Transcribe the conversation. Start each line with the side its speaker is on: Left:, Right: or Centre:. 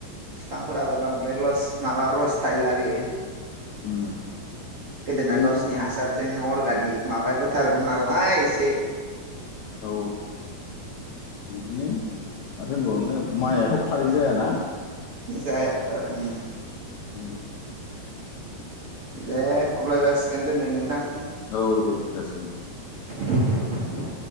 Right: बिफांफोराबो बांद्राय लस माबा रस थाहैला बेयो।
Left: उम
Right: गोदोना
Left: बै
Right: गावसिनि हासारजोंनो अर्गानिक माबायाबोथारमोन नालाय एसे
Left: औ बिदिनो। माथो होनबावनो माइआथ' खारै जायाना?
Right: जायाथ आरो ओम
Left: उम
Right: दे अब्ला जासिगोन दोनै नोंथां।
Left: औ दे जासिम दे।
Right: <inaudible>